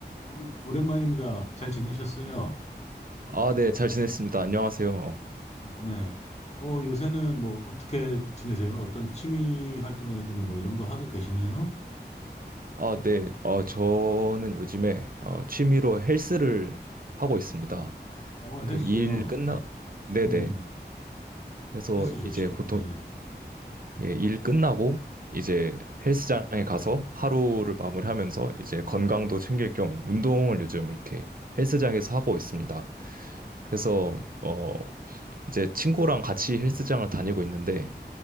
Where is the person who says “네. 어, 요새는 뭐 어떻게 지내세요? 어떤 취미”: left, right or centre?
Left